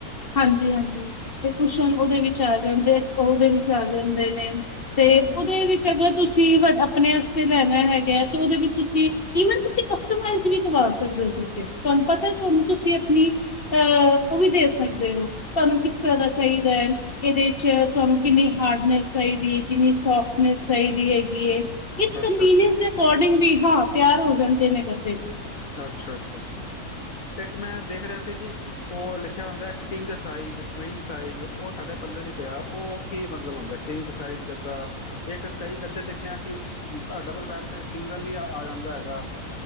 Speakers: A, on the left; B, on the left.
A: ਹਾਂਜੀ, ਹਾਂਜੀ। ਤੇ ਕੂਸਨ ਉਹਦੇ ਵਿੱਚ ਆ ਜਾਂਦੇ, ਉਹਦੇ ਵਿੱਚ ਚਲ ਜਾਂਦੇ ਨੇ। ਤੇ
B: ਹੂੰ
A: ਉਹਦੇ ਵਿੱਚ ਅਗਰ ਤੁਸੀਂ ਤੁਸੀਂ ਵੀ ਆਪਣੇ ਵਾਸਤੇ ਲੈਣਾ ਹੈਗਾ, ਤੇ ਉਹਦੇ ਵਿੱਚ ਤੁਸੀਂ ਇਵਨ ਤੁਸੀਂ ਕਸਟਮਾਈਜ਼ਡ ਵੀ ਕਰਵਾ ਸਕਦੇ ਹੋ ਉਹਦੇ ਤੇ, ਤੁਹਾਨੂੰ ਪਤਾ ਤੁਹਾਨੂੰ ਤੁਸੀਂ ਆਪਣੀ ਅਹ ਉਹ ਵੀ ਦੇ ਸਕਦੇ ਤੁਹਾਨੂੰ ਕਿਸ ਤਰ੍ਹਾਂ ਦਾ ਚਾਹੀਦਾ ਹੈ, ਇਹਦੇ ਚ ਤੁਹਾਨੂੰ ਕਿੰਨੀ ਹਾਰਡਨੈਸ ਚਾਹੀਦੀ ਹੈ, ਕਿੰਨੀ ਸੋਫਟਨੈਸ ਚਾਹੀਦੀ ਹੈਗੀ ਏ। ਇਸ
B: ਅੱਛਾ
A: ਮੀਨਸ
B: ਅੱਛਾ
A: ਦੇ ਅਕੋਡਿੰਗ ਵੀ ਹਾਂ। ਤਿਆਰ ਹੋ ਜਾਂਦੇ ਨੇ ਕਦੇ।
B: ਅੱਛਾ, ਅੱਛਾ, ਅੱਛਾ। ਇੱਕ ਮੈਂ ਦੇਖ ਰਿਹਾ ਸੀ ਜੀ ਉਹ ਲਿਖਿਆ ਹੁੰਦਾ ਕਿੰਗ ਸਾਈਜ਼, ਕੁਈਨ ਸਾਈਜ਼, ਉਹ ਸਾਡੇ ਪੱਲੇ ਨਹੀਂ ਪਿਆ, ਉਹ ਕੀ ਮਤਲਬ ਹੁੰਦਾ, ਕਿੰਗ ਸਾਈਜ਼ ਗੱਦਾ ਇੱਕ ਕਈ ਗੱਦੇ ਦੇਖੇ ਆ ਕਿ ਡਬਲ ਬੈਡ ਤੇ ਸਿੰਗਲ ਹੀ ਆ ਆ ਜਾਂਦਾ ਹੈਗਾ।